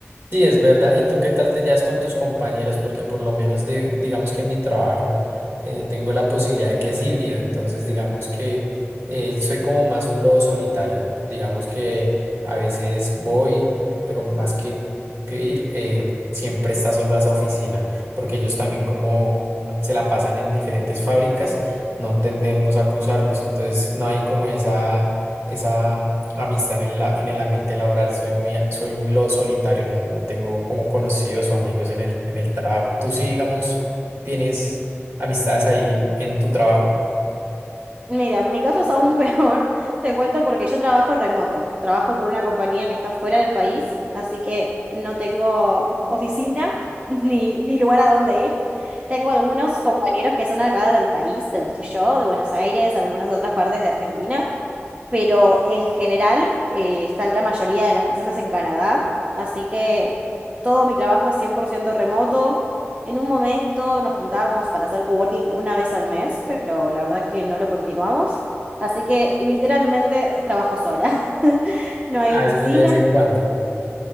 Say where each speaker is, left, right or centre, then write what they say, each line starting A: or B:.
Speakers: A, on the right; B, on the right.
A: Sí, es verdad. ¿Y tú qué tal te llevas con tus compañeros? Porque por lo menos de, digamos que en mi trabajo eh, tengo la posibilidad de que es híbrido, entonces digamos que eh, soy como más un lobo solitario. Digamos que a veces voy, pero más que, que ir, eh, siempre está solo esa oficina, porque ellos también como se la pasan en diferentes fábricas, no tendemos a cruzarnos, entonces no hay como esa, esa amistad en el, la- en el ambiente laboral. Soy muy, a- soy muy lo solitario, no, no tengo como conocidos o amigos en el, en el trabajo. Tú sí, digamos, tienes amistades ahí en, en tu trabajo.
B: Mira, mi caso es aún peor, <laughs> te cuento porque yo trabajo remoto, trabajo por una compañía que está fuera del país, así que no tengo oficina <laughs> ni, ni lugar a dónde ir. Tengo algunos compañeros que son acá del país, de donde estoy yo, de Buenos Aires, algunos de otras partes de Argentina. pero en general eh, está la mayoría de las personas en Canadá, así que todo mi trabajo es 100% remoto. En un momento nos juntábamos para hacer coworking una vez al mes, pero la verdad que no lo continuamos. Así que literalmente trabajo sola. <laughs> No hay
A: Ah,
B: oficina,
A: es muy de vez en cuando.